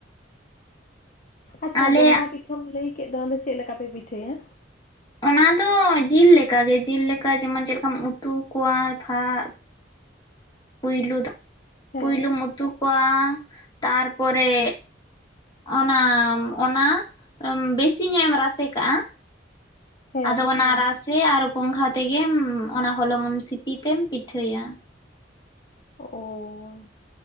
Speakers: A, on the left; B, on the left.
A: ᱟᱪᱪᱷᱟ
B: ᱟᱞᱮᱭᱟᱜ
A: ᱜᱚᱝᱜᱷᱟ ᱯᱤᱴᱷᱟᱹᱢ ᱞᱟᱹᱭ ᱠᱮᱫ ᱫᱚ ᱚᱱᱟᱫᱚ ᱪᱮᱫ ᱞᱮᱠᱟ ᱯᱮ ᱯᱤᱴᱷᱟᱹᱭᱟ?
B: ᱚᱱᱟ ᱫᱚ ᱡᱤᱞ ᱞᱮᱠᱟᱜᱮ ᱡᱤᱞ ᱞᱮᱠᱟ ᱡᱮᱢᱚᱱ ᱪᱮᱫ ᱞᱮᱠᱟᱢ ᱩᱛᱩ ᱠᱚᱣᱟ ᱵᱷᱟᱵ ᱯᱩᱭᱞᱩ ᱫᱚ
A: ᱦᱮᱸ
B: ᱯᱩᱭᱞᱩᱢ ᱩᱛᱩ ᱠᱚᱣᱟ ᱛᱟᱨᱯᱚᱨᱮ ᱚᱱᱟᱢ ᱚᱱᱟ ᱵᱮᱥᱤ ᱧᱚᱜ ᱮᱢ ᱨᱟᱥᱮ ᱠᱟᱜᱼᱟ᱾
A: ᱦᱮᱸ
B: ᱟᱫᱚ ᱚᱱᱟ ᱨᱟᱥᱮ ᱟᱨ ᱜᱚᱝᱜᱷᱟ ᱛᱮᱜᱮᱢ ᱚᱱᱟ ᱦᱚᱞᱚᱝ ᱮᱢ ᱥᱤᱯᱤ ᱛᱮᱢ ᱯᱤᱴᱷᱟᱹᱭᱟ᱾
A: ᱳ